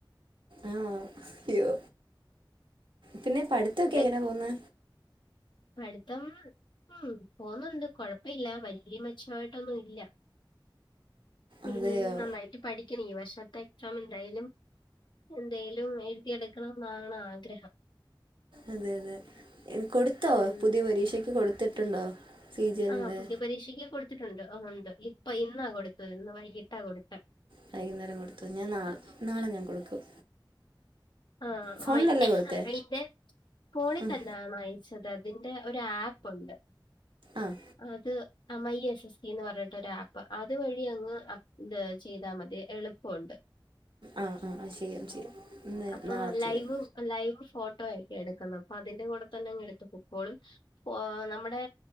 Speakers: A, on the right; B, on the left.
A: ആഹ് ഇയ്യോ പിന്നെ പഠിത്തഒക്കെ
B: അത്
A: എങ്ങനെ പോക്ന്ന്
B: പഠിത്തം ഉം പോവ്ന്നുണ്ട് കൊഴപ്പ ഇല്ല വല്ല്യെ മെച്ച ആയിട്ടൊന്നും ഇല്ല
A: അതെയോ
B: ഇനി നന്നായിട്ട് പഠിക്ക്നി ഈ വർഷത്തെ എക്സാമിന് എന്തായാലും എന്തെലും എഴുതിയെട്ക്കണം എന്നാണ് ആഗ്രഹം
A: അതെ അതെ കൊടുത്തോ
B: ഉം
A: പുതിയ പരീക്ഷക്ക് കൊടുത്തിട്ടുണ്ടോ സി ജി എല്ലിൻ്റെ
B: ആഹ് ആഹ് പുതിയ പരീക്ഷയ്ക്ക് കൊടുത്തിട്ടുണ്ട് ആഹ് ഉണ്ട് ഇപ്പൊ ഇന്നാ കൊടുത്തത് ഇന്ന് വൈകിട്ടാ കൊടുത്തേ
A: വൈകുന്നേരം കൊടുത്തു ഞാൻ നാൾ നാളെ ഞാൻ കൊടുക്കും
B: ആഹ് അമ്മയ്
A: ഫോണിലല്ലേ കൊടുത്തേ
B: അയിന്റെ ഫോണി
A: ഉം,
B: തന്നാണോ അയച്ചത് അതിന്റെ ഒരു ആപ്പ്ണ്ട്
A: ആഹ്
B: അത് അമൈ എസ് എസ് കി എന്ന് പറഞ്ഞിട്ടൊരു ആപ്പ് അതുവഴി അങ്ങ് അപ് ത് ചെയ്താൽ മതി എളുപ്പോണ്ട്
A: ആഹ് ആഹ് അതും ചെയ്യാം ചെയ്യാം ഇന്ന്
B: അപ്പം
A: നാളെ
B: ലൈവ്
A: ചെയ്യാം
B: ലൈവ് ഫോട്ടോയൊക്കെ എടുക്കുന്നെ പ്പൊ അതിന്റെ കൂടെ തന്നെ അങ്ങ് എടുത്ത് പൊക്കോളും ഓ നമ്മുടെ